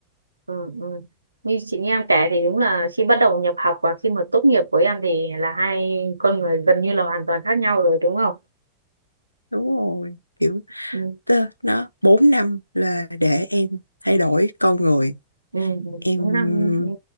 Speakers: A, on the right; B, on the left.
A: Ừ. ừ. Như chị nghe em kể thì đúng là khi bắt đầu nhập học và khi mà tốt nghiệp của em thì là hai con người gần như là hoàn toàn khác nhau rồi đúng không?
B: đúng rồi kiểu
A: Ừ.
B: tơ- nó 4 năm là để em thay đổi con người
A: Ừ,
B: em
A: bốn năm ừ,